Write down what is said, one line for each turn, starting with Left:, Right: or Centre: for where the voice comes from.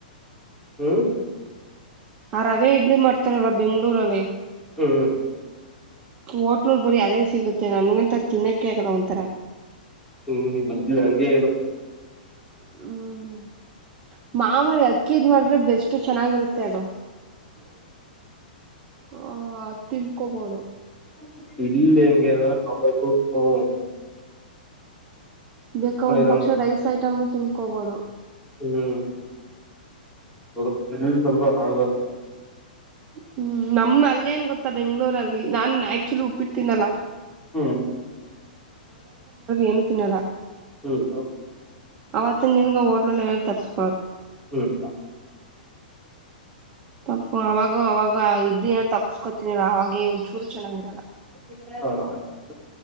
Centre: ಹ್ಮ್
Right: ಆ ರವೇ ಇಡ್ಲಿ ಮಾಡ್ತಾರಲ್ಲ ಬೆಂಗ್ಳೂರಲ್ಲಿ
Centre: ಹ್ಮ್
Right: ಹೋಟ್ಲೂರ್ ಬರೀ ಅದೇ ಸಿಗುತ್ತೆ ನನ್ಗಂತ ತಿನ್ನೋಕ್ಕೆೆ ಆಗಲ್ಲ ಒಥರ
Centre: ಹ್ಮ್ ಇದಿಲ್ಲ ಹಂಗಗೆ
Right: ಹ್ಮ್ ಮಾಮೂರಿ ಅಕ್ಕಿದ್ ಮಾಡಿದ್ರೆ ಬೆಸ್ ಚೆನ್ನಾಗಿರುತ್ತೆ ಅಡು ಹ ತಿನ್ಕೊಬೋದು
Centre: ಹ ಇಲ್ಲ ಹೆಂಗಗೆ ಅ್ರಮ್ಮ ಹ್ಮ
Right: ಬೇಕ ಒಂದ
Centre: ನಮ್
Right: ಪಕ್ಷ ರೈಸ್ ಆಯ್ತು ಟಮ್ ತಿನ್ಕೋಬಹದು
Centre: ಹ್ಮ್ ಅದು ಎಲ್ಲಿ ಸ್ವಲ್ಪ ಆಗಲ್ಲ
Right: ಹ್ಮ್ ನಮ್ಮ ಅಲ್ಲೇ ನ್ ಗೊತ್ತಾ ಬೆಂಗ್ಳೂರಲ್ಲಿ ನಾನ್ ಆಕ್ಚುಲಿ ಉಪ್ಪಿಡ್ತೀನಲ್ಲ
Centre: ಹ್ಮ್
Right: ಏನ ತಿನ್ನದಾ
Centre: ಹ್ಮ್ ಹೌ
Right: ಅವತ್ ನಿನ್ಗ ನ ತರಿಸು
Centre: ಹ್ಮ್
Right: ತಪ್ಪ ಅವಾಗ ಅವಾಗ ವಾ ಇಡ್ಲಿ ಏನ್ ತಗಸ್ಕೊತೀನಿಲ್ಲ ಹಾಗೇ ಒಂದ್ ಚೂರು ಚೆನ್ನಾಗಿರಲ್ಲ.
Centre: <unintelligible>